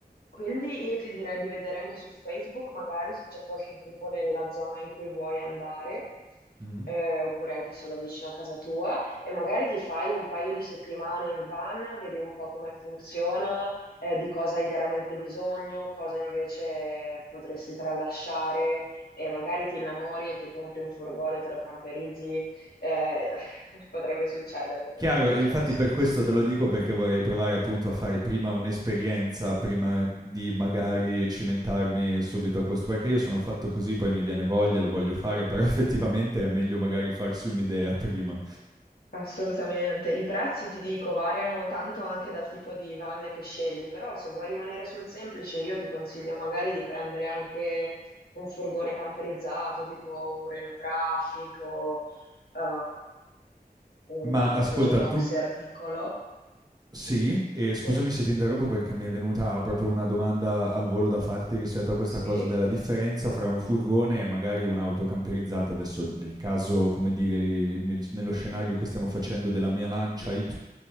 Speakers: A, on the left (about 70°); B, on the right (about 25°).
A: Quindi io ti direi di vedere anche su Facebook, magari se c'è qualche gruppo nella zona in cui vuoi andare,
B: Mh.
A: eh, oppure anche solo vicino a casa tua, e magari ti fai un paio di settimane in van, vedi un po' come funziona, eh, di cosa hai veramente bisogno, cosa invece potresti tralasciare, e magari ti innamori e ti compri un furgone, te lo camperizzi, eh, <laughs> potrebbe succedere, te
B: Chiaro,
A: lo dico,
B: e
A: c'è
B: infatti
A: questo
B: per
A: rischio.
B: questo te lo dico perché vorrei provare appunto a fare prima un'esperienza, prima di magari cimentarmi subito a questo, perché io sono fatto così, poi mi viene voglia, lo voglio fare, però <laughs> effettivamente è meglio magari farsi un'idea prima.
A: Assolutamente. I prezzi, ti dico, variano tanto anche dal tipo di van che scegli, però se vuoi rimanere sul semplice, io ti consiglio magari di prendere anche un furgone camperizzato, tipo un Renault Traffic o eh, un
B: Ma ascolta,
A: Peugeot Boxer
B: tu
A: piccolo.
B: sì, e scusami
A: Sì,
B: se ti interrompo perché mi è venuta proprio una domanda al volo da farti rispetto a questa
A: sì.
B: cosa della differenza fra un furgone e magari un'auto camperizzata. Adesso nel caso, come dire, nel- nello scenario che stiamo facendo della mia Lancia Y